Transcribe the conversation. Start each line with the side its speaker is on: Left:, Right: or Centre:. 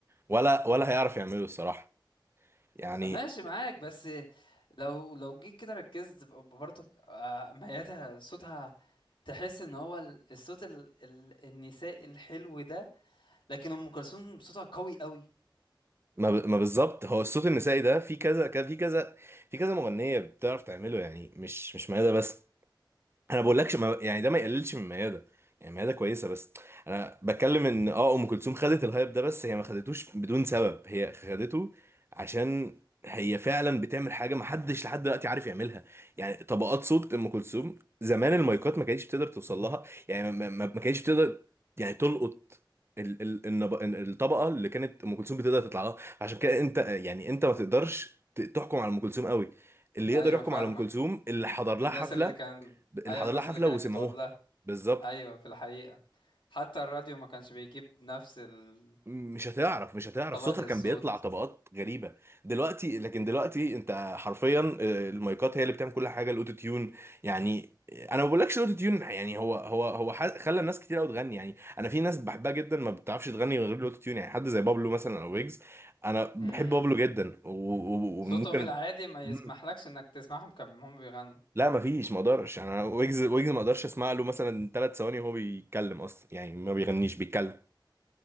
Right: ولا ولا هيعرف يعمله الصراحه يعني
Left: ماشي معاك بس لو لو جيت كده ركزت ب- برضك آه، ميادة صوتها تحس ان هو ال- الصوت ال ال النسائي الحلو ده لكن ام كلثوم صوتها قوي قوي
Right: ما ب- ما بالظبط هو الصوت النسائي ده في كذا كذا في كذا في كذا مغنيه بتعرف تعمله يعني مش مش ميادة بس انا بقولكش ما يعني ده ما يقللش من ميادة يعني ميادة كويسة بس انا بتكلم ان اه ام كلثوم خدت الهايب ده بس هي ما خدتوش بدون سبب هي خدته عشان هي فعلا بتعمل حاجة ما حدش لحد دلوقتي عارف يعملها يعني طبقات صوت ام كلثوم زمان المايكات ما كانتش بتقدر توصل لها يعني ما, ما ما كانتش بتقدر يعني تلقط ال ال النب- الطبقة اللي كانت ام كلثوم بتقدر تطلع لها عشان كده انت يعني انت ما تقدرش ت- تحكم على ام كلثوم قوي اللي
Left: ايوه
Right: يقدر يحكم
Left: فاهمك
Right: على ام كلثوم اللي حضر لها
Left: الناس
Right: حفلة
Left: اللي كان ايوه
Right: اللي حضر
Left: الناس
Right: لها حفله
Left: اللي كانت
Right: وسمعوها
Left: بتقعد لها
Right: بالظبط
Left: ايوه في الحقيقة حتى الراديو ما كانش بيجيب نفس ال-
Right: مش هتعرف مش هتعرف
Left: طبقة
Right: صوتها كان
Left: الصوت
Right: بيطلع طبقات غريبه دلوقتي لكن دلوقتي انت حرفيا آه، المايكات هي اللي بتعمل كل حاجه الاوتو تيون يعني انا ما بقولكش الاوتو تيون يعني هو هو هو ح- خلى الناس كتير قوي تغني يعني انا في ناس بحبها جدا ما بتعرفش تغني من غير الاوتو تيون يعني حد زي بابلو مثلا او ويجز انا بحب
Left: امم
Right: بابلو جدا و- و-
Left: صوتهم
Right: وممكن
Left: العادي ما
Right: مم.
Left: يسمحلكش انك تسمعهم كم هم بيغنوا
Right: لا ما فيش ما اقدرش يعني أنا ويجز ويجز ما اقدرش اسمع له مثلا ثلاث ثواني وهو بيتكلم اصلا يعني ما بيغنيش بيتكلم